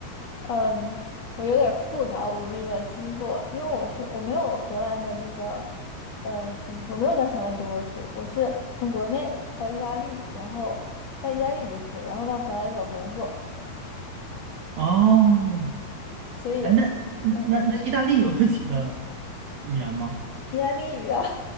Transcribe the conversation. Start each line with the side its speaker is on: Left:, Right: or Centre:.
Left: 嗯，我有点儿复杂我的那个经过，因为我是我没有荷兰的那个嗯、呃怎么说，没有在荷兰读过书，我是从国内到意大利，然后在意大利读书，然后到荷兰找工作。
Right: 哦，
Left: 所以，
Right: 哎，那那那那意大利有自己的
Left: 嗯，
Right: 语言吗？
Left: 意大利语啊，<laughs>